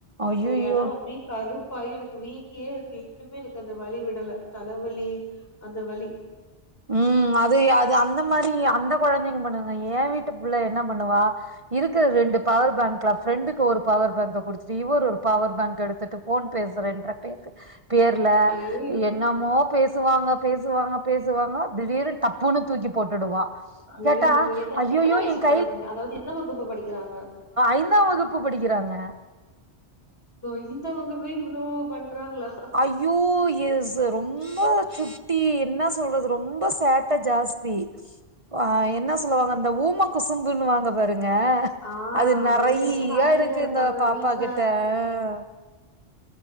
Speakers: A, on the right; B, on the left.
A: ஐய்யய்யோ
B: அந்த எடோ அப்டியே கருப்பாயி எனக்கு வீங்கியே இருக்கு இன்னுமே எனக்கு அந்த வலி விடல தலைவலி அந்த வலி
A: ம் அது எ அது அந்த மாதிரி அந்த கொழந்தைங்க பண்ணுங்க ஏ வீட்டு புள்ள என்ன பண்ணுவா இருக்கிற ரெண்டு பவர் பேங்க்ல ஃப்ரெண்டுக்கு ஒரு பவர் பேங்க குடுத்துட்டு இவர் ஒரு பவர் பேங்க எடுத்துட்டு ஃபோன் பேசுறேன்ற பேக் பேர்ல்
B: ஐயோ
A: என் என்னமோ பேசுவாங்க பேசுவாங்க பேசுவாங்க திடீர்னு டப்புனு தூக்கி போட்டுடுவா
B: ஐய்யய்யோ
A: கேட்டா
B: என்ன
A: ஐயையோ
B: எத்தன வயசு
A: என்
B: கொழந்தைங்க அதாவது என்ன வகுப்பு படிக்கிறாங்க
A: ஐந்தா வகுப்பு படிக்கிறாங்க
B: ஐந்தாம் வகுப்பே இவ்ளோ பண்றாங்களா
A: ஐ ஐயோ எ ஸ் ரொம்ப சுட்டி என்ன சொல்றது ரொம்ப சேட்ட ஜாஸ்தி வா என்ன சொல்வாங்க இந்த ஊம குசும்புனுவாங்க பாரு ங்க
B: ஆ
A: அது நெறையா
B: வெளி இடத்துல அமைதியா
A: இருக்கு
B: இருப்பாங்க.
A: இந்த பாப்பா
B: வீட்ல
A: கிட்ட ஆ